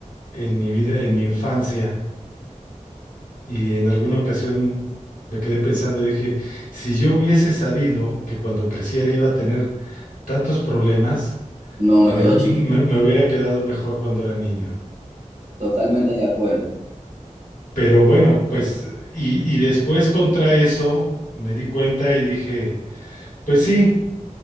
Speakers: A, on the left; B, on the right.
A: en mi vida, en mi infancia. Y en alguna ocasión me quedé pensando y dije, si yo hubiese sabido que cuando creciera iba a tener tantos problemas,
B: No, me
A: me,
B: quedo
A: hub- me-
B: chiquito.
A: me hubiera quedado mejor cuando era niño.
B: Totalmente de acuerdo.
A: Pero bueno, pues, y, y después contra eso me di cuenta y dije, pues sí,